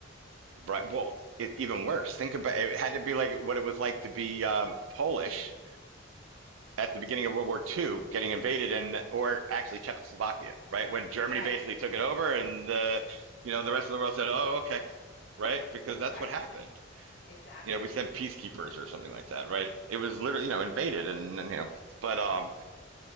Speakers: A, on the right; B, on the left.
A: right well it, even worse. Think about it it had to be like what it was like to be um, Polish at the beginning of World War Two, getting invaded and or actually Czechoslovakia, right? When Germany
B: Right,
A: basically took it over and the you know the rest of the world said, "Oh, okay." Right? Because that's
B: right.
A: what happened.
B: Exactly.
A: You know, we sent peacekeepers or something like that, right? It was literally, you know, invaded and, and you know, but um